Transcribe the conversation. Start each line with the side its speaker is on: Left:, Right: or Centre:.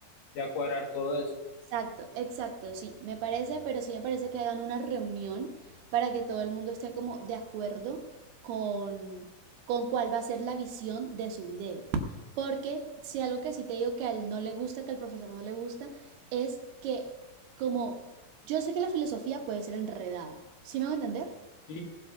Left: ya cuadrar todo eso.
Right: Exacto, exacto, sí, me parece, pero sí me parece que hagan una reunión para que todo el mundo esté como de acuerdo con, con cuál va a ser la visión de su video. Porque si algo que sí te digo que a él no le gusta, que al profesor no le gusta, es que como yo sé que la filosofía puede ser enredada, ¿sí me van a entender?
Left: Sí,